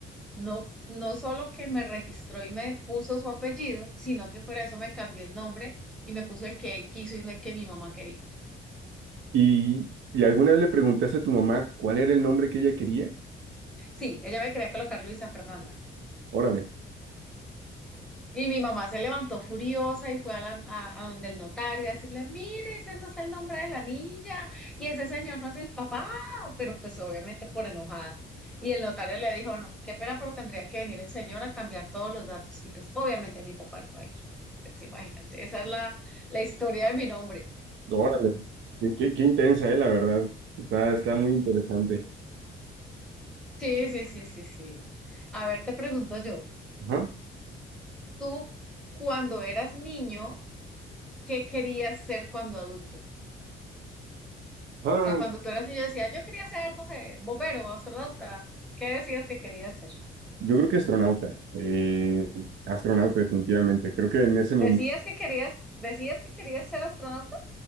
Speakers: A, in the centre; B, on the right.
A: no, no solo que me registró y me puso su apellido, sino que fuera de eso me cambió el nombre y me puso el que él quiso y no el que mi mamá quería.
B: ¿Y, y alguna vez le preguntaste a tu mamá cuál era el nombre que ella quería?
A: Sí, ella me quería colocar Luisa Fernanda.
B: Órale,
A: Y mi mamá se levantó furiosa y fue a, la- a, a donde el notario a decirle, mire, ese no es el nombre de la niña y ese señor no es el papá, pero pues obviamente por enojada. Y el notario le dijo, no, qué pena, pero tendría que venir el señor a cambiar todos los datos. Y pues obviamente mi papá no va a ir. Pues imagínate, esa es la, la historia de mi nombre.
B: órale. Qué, qué- qué intensa, eh, la verdad. Está, está muy interesante.
A: Sí, sí, sí, sí, sí. A ver, te pregunto yo,
B: Ajá.
A: tú cuando eras niño, ¿qué querías ser cuando adulto?
B: Ah,
A: O sea, cuando tú eras niño decías, yo quería ser, no sé, bombero, astronauta. ¿Qué decías que querías ser?
B: yo creo que astronauta. eh, astronauta, definitivamente. Creo que en ese momento.
A: ¿Decías que querías, decías que querías ser astronauta?